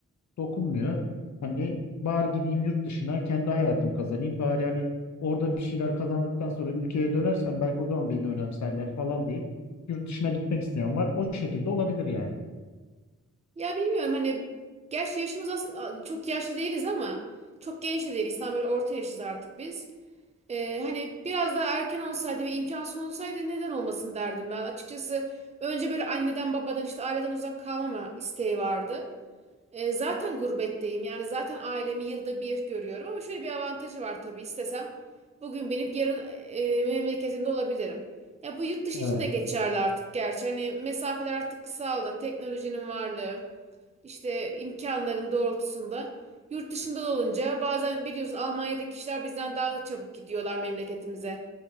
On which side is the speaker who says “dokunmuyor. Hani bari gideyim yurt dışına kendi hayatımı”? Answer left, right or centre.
Left